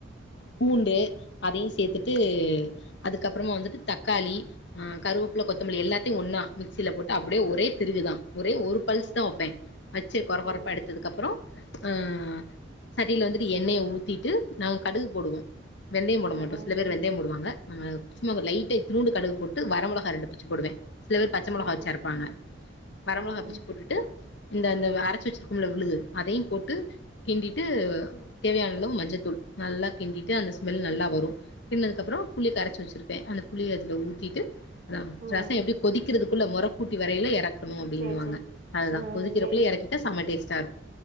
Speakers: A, on the left; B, on the right.
A: பூண்டு அதையு சேத்துட்டு அதுக்கப்புறமா வந்துட்டு தக்காளி ஆ கருவப்புல்ல கொத்தமல்லி எல்லாத்தையு ஒன்னா மிக் சில போட்டு அப்டியே ஒரே திருகுதா ஒரே ஒரு பல்ஸ்
B: ம்.
A: தா வப்பே வச்சு கொற
B: ம்.
A: கொறப்பா எடுத்ததுக்கப்பறோ அ சட்டில வந்துட்டு எண்ணெய ஊத்திட்டு நாங்க கடுகு போடுவோ வெந்தயம்
B: ம்.
A: போட மாட்டோ
B: ம்.
A: சில பேரு வெந்தயம் போடுவாங்க ஆ சும்மா அங்க லைட்டா இத்துனூண்டு கடுகு போட்டு வரமெளகா ரெண்டு பிச்சு போடுவே பச்ச மொளகா
B: ம்.
A: வச்சு அரப்பாங்க வரமொளகா
B: ம்.
A: பிச்சு போட்டுட்டு இந்த இந்த அரச்சு வச்சிருக்கோம்ல விழுது அதையு போட்டு கிண்டிட்டு தேவையானளவு மஞ்சத்தூள் நல்லா கிண்டிட்டு அந்த ஸ்மெல் நல்லா வரு கின்னதுக்கப்புறோ புளிய கரச்சி வச்சிருப்பே அந்த புளிய அதுல ஊத்திட்டு ரம்
B: ம்.
A: ரசோ எப்டி கொதிக்கிறதுக்குள்ள மொற கூட்டி வரையில எறக்கு கனு அப்புடின்னுவாங்க
B: சேரி, சேரி.
A: அதுதா
B: ம்.
A: கொதிக்கிறக்குள்ள
B: சேரி, சேரி.
A: எறக்கிட்டா செம டேஸ்ட்டாருக்